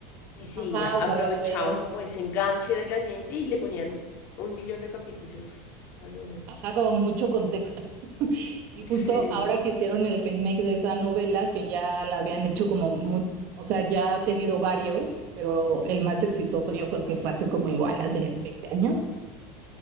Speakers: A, on the left; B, on the right.
A: Y sí,
B: ajá,
A: a- aprovechaban
B: o sea, las veías,
A: como ese enganche de la gente y le ponían un millón de capítulos a novela.
B: ajá, como mucho contexto. <laughs> Y justo
A: Sí.
B: ahora que hicieron el remake de esa novela, que ya la habían hecho como, mu- o sea, ya ha tenido varios, pero el más exitoso yo creo que fue hace como igual, hace 20 años.